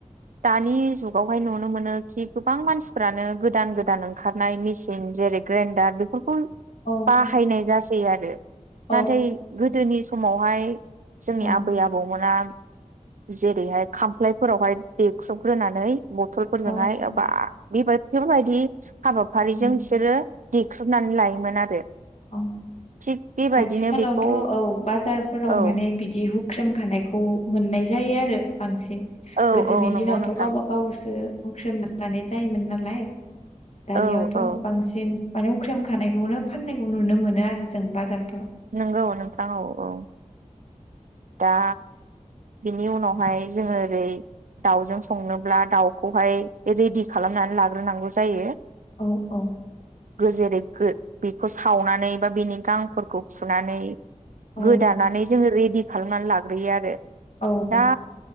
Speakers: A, on the right; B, on the left.
A: दानि जुगावहाय नुनो मोनो खि गोबां मानसिफ्रानो गोदान गोदान ओंखार नाय मेसिन जेरै ग्रेइन्डार बेफोरखौ
B: औ
A: बाहायनाय जासै आरो नाथाय
B: औ
A: गोदोनि समावहाय जोंनि
B: औ
A: आबै आबौमोना जेरैहाय खामफ्लायफोरावहाय देख्रुबग्रोनानै बथलफोरजोंहाय
B: औ
A: एबा बेबाय-फोरबायदि हाबाफारिजों
B: उम
A: बिसोरो देख्रुबनानै लायोमोन आरो।
B: औ
A: थिग बेबायदिनो
B: आथिखालावथ'
A: बेखौ
B: औ बाजारफोराव
A: औ
B: माने बिदि हु ख्रेमखानायखौ मोननाय जायो आरो बांसिन
A: औ
B: गोदोनि
A: औ नंगौ
B: दिनावथ'
A: नोंथां
B: गावबा गावसो हुख्रेमना लानाय जायोमोन नालाय दानियावथ'
A: औ औ
B: बांसिन माने हुख्रेम खानायखौनो फाननायखौ नुनो मोनो आरो जों बाजार
A: नंगौ नोंथां औ औ दा बेनि उनावहाय जोङो ओरै दाउजों संनोब्ला दाउखौहाय रेडि खालामनानै लाग्रोनांगौ जायो।
B: औ औ
A: जेरै गो बेखौ सावनानै बा बेनि गांफोरखौ फुनानै
B: औ
A: गोदानानै जोङो रेडि खालामनानै लाग्रोयो आरो।
B: औ
A: दा